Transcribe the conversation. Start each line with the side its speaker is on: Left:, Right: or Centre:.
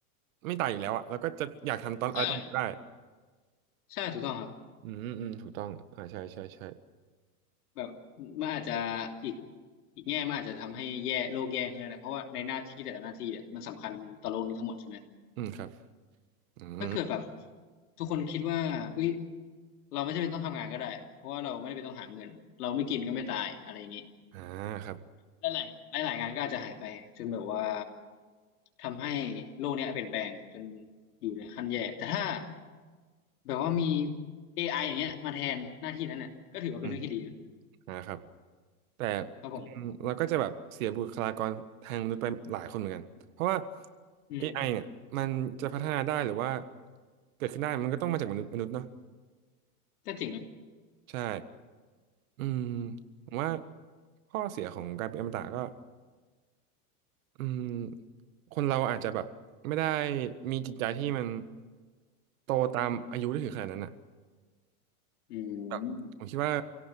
Right: ไม่ตายอยู่แล้วอะเราก็จะอยากทำตอนอะไรตอนไหนก็ได้
Left: ใช่ใช่ถูกต้องครับ
Right: อืมอืมถูกต้องอ่าใช่ใช่ใช่
Left: แบบมันอาจจะอีกอีกแง่มันอาจจะทำให้แย่โลกแย่ขึ้นนะเพราะว่าในหน้าที่แต่ละหน้าที่เนี่ยมันสำคัญต่อโลกนี้ทั้งหมดใช่ไหม
Right: อืมครับอืม
Left: ถ้าเกิดแบบทุกคนคิดว่าเอ้ยเราไม่จำเป็นต้องทำงานก็ได้เพราะว่าเราไม่ได้เป็นต้องหาเงินเราไม่กินก็ไม่ตายอะไรอย่างนี้
Right: อ่าครับ
Left: และหลายหลายหลายงานก็อาจจะหายไปจนแบบว่าทำให้โลกเนี้ยเปลี่ยนแปลงจนอยู่ในขั้นแย่แต่ถ้าแบบว่ามี AI อไออย่างเงี้ยมาแทนหน้าที่นั้นเนี่ยก็ถือว่าเป็นเรื่องที่ดีนะ
Right: อืมอ่าครับ แต่
Left: ครับผม
Right: อืมเราก็จะแบบเสียบุคลากรทางมนุษย์ไปหลายคนเหมือนกัน เพราะว่า
Left: อืม
Right: เอไอเนี่ยมันจะพัฒนาได้หรือว่าเกิดขึ้นได้มันก็ต้องมาจากมนุษย์มนุษย์เนาะ
Left: ก็จริงนะ
Right: ใช่อืมผมว่าข้อเสียของการเป็นอมตะก็อืมคนเราอาจจะแบบไม่ได้มีจิตใจที่มันโตตามอายุได้ถึงขนาดนั้นอ่ะ
Left: อืม
Right: แบบผมคิดว่า